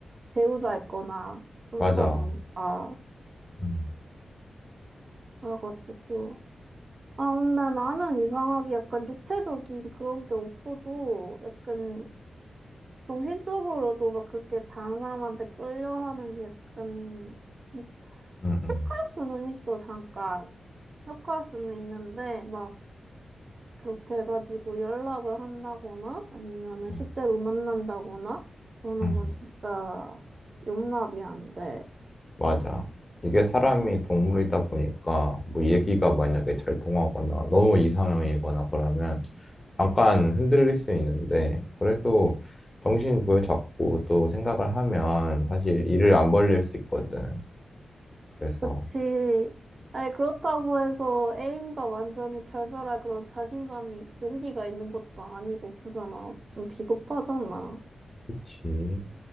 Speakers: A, on the right; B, on the left.
A: 배우자였거나 그렇다
B: 맞아.
A: 보니까.
B: 음,
A: 그래가지고. 아, 근데 나는 이상하게 약간 육체적인 그런 게 없어도 약간 정신적으로도 막 그렇게 다른 사람한테 끌려하는 게 약간 못
B: 음, 음.
A: 갈 수는 있어, 잠깐. 못 갈 수는 있는데, 막 그렇게 해가지고 연락을 한다거나 아니면은
B: 음,
A: 실제로 만난다거나 그러는
B: 음.
A: 건 진짜 용납이 안 돼.
B: 맞아. 이게 사람이
A: 음,
B: 동물이다 보니까 뭐 얘기가 만약에 잘 통하거나 너무 이상형이거나 그러면 잠깐 흔들릴 수 있는데 그래도 정신 부여잡고 또 생각을 하면 사실 일을 안 벌릴 수 있거든. 그래서
A: 그치. 아니, 그렇다고 해서 애인과 완전히 결별할 그런 자신감이, 용기가 있는 것도 아니고, 그잖아. 좀 비겁하잖아.
B: 그치.